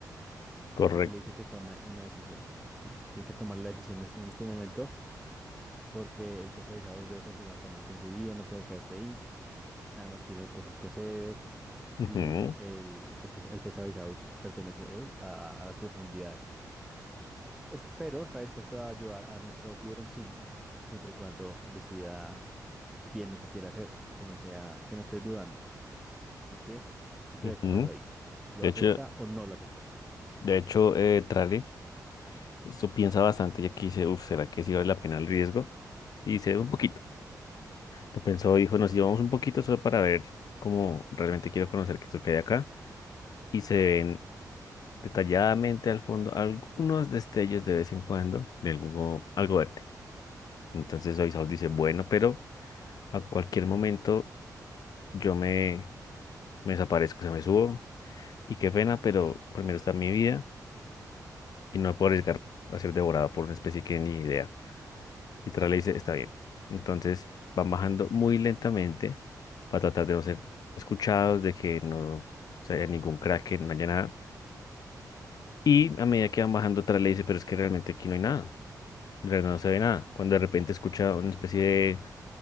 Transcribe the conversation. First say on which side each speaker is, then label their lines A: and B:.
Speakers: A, on the left; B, in the centre.
A: Correcto.
B: Así que le dice que tome una decisión. Sí, tiene que tomar la decisión este- en este momento porque el pesavisados debe continuar también con su vida, no puede quedarse ahí. Además tiene cosas que hacer
A: Ujú,
B: y el, pes- pes- el pesavisados pertenece es a, a las profundidades. Es- pero está dispuesto a ayudar a nuestro tiburón sin, siempre y cuando decida bien lo que quiere hacer, que no sea, que no esté dudando. Así que, ¿qué crees
A: ujú.
B: que pasó ahí? ¿Lo
A: De
B: acepta
A: hecho,
B: o no lo acepta?
A: de hecho eh, Trale esto piensa bastante y aquí dice, uff, ¿será que sí vale la pena el riesgo? Y dice, un poquito. Lo pensó, dijo, nos íbamos un poquito solo para ver cómo realmente quiero conocer qué es lo que hay acá. Y se ven detalladamente al fondo algunos destellos de vez en cuando de algo, algo verde. Entonces Oisaos dice, bueno, pero a cualquier momento yo me, me desaparezco, se me subo y qué pena, pero primero está mi vida y no me puedo arriesgar a ser devorado por una especie que ni idea. Y Tras le dice, está bien. Entonces van bajando muy lentamente para tratar de no ser escuchados, de que no se haya ningún crack, no haya nada. Y a medida que van bajando, Tras le dice, pero es que realmente aquí no hay nada. Pero no no se ve nada. Cuando de repente escucha una especie de,